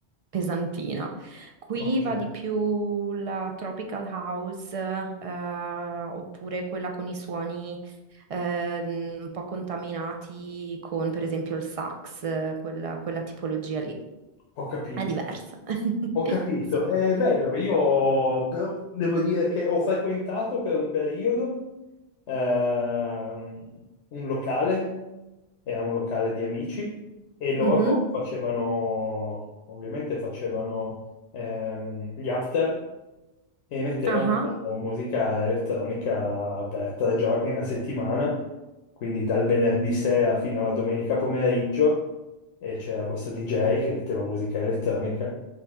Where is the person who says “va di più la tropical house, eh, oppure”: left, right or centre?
Right